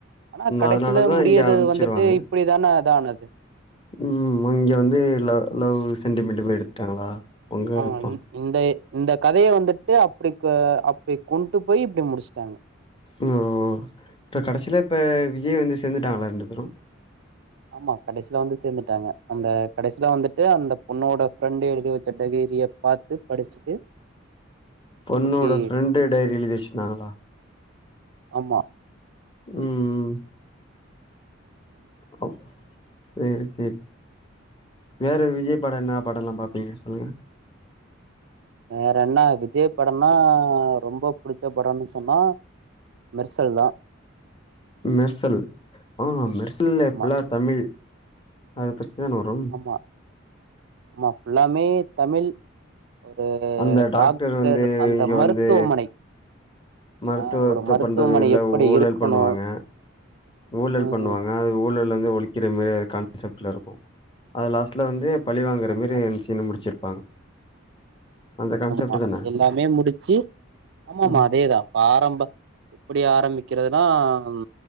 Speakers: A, on the right; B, on the left.
A: ஆனாக் கடைசில
B: அதனாலதா
A: முடியறது
B: இங்க அனுப்ச்சிருவாங்க
A: வந்துட்டு இப்டிதானே அதானது
B: ம் மிங்கே வந்து லவ் லவ் சென்டிமெண்டு மேரி எடுத்துட்டாங்களா உங்க
A: ஆமா
B: அப்பா
A: இன் இந்தயே இந்தக் கதைய வந்துட்டு அப்டிக்கொ அப்டி கொண்டு போயி இப்டி முடிச்ட்டாங்க
B: ம் ஓ இட்ர கடசில இப்ப விஜய் வந்து சேந்துட்டாங்களா ரெண்டு பேரு
A: ஆமா கடைசில வந்து சேந்துட்டாங்க அந்த கடைசில வந்துட்டு அந்தப் பொண்ணோட ஃபிரெண்டு் எழுதி வெச்ச டைகிரியப் பாத் த்துப் படிச்சுட்டு
B: பொண்ணோட
A: ஓகே
B: ஃப்ரெண்டு டைரி எழுதி வெசிந்தாங்களா
A: ஆமா
B: ம் ம் அப் சேரி சேரி வேற விஜய்ப் படோ என்னா படலா பாப்பிங்க சொல்லுங்க
A: வேற என்ன விஜய்ப் படம்மா ரொம்பப் புடிச்ச படோன்னு சொன்னா மெர்சல்தா
B: மெர்சல் ஆ மெர்சல்லே
A: ஆமா
B: ஃபுல்லா தமிழ் அதப்பத்திதா நொரும்
A: மா ஆமா ஃபுல்லாமே தமிழ் ஒரு
B: அந்த
A: டாக்டர்
B: வந்து
A: அந்த
B: இங்க
A: மருத்துவமனை
B: வந்து மருத்துவத்த
A: ஆ ஒரு மருத்துவமனை
B: பண்றது இல்ல
A: எப்படி
B: ஊழல்
A: இருக்கணு
B: பண்ணுவாங்க ஊழல்
A: ம்
B: பண்ணுவாங்க அது ஊழல் வந்து ஒழிக்கிறமே அத கான்செப்ட்ல இருக்கு அத லாஸ்ட்ல வந்துப் பழி வாங்கற
A: ஆமா
B: மேரி அந்த சீன முடிச்சிருப்பாங்க அந்த கான்செப்ட்
A: ஆமா
B: தான
A: எல்லாமே முடிச்சி ஆமாமா
B: ம்
A: அதேதா பாரம்ப எப்புடி ஆரம்பிக்கிறதுனாம்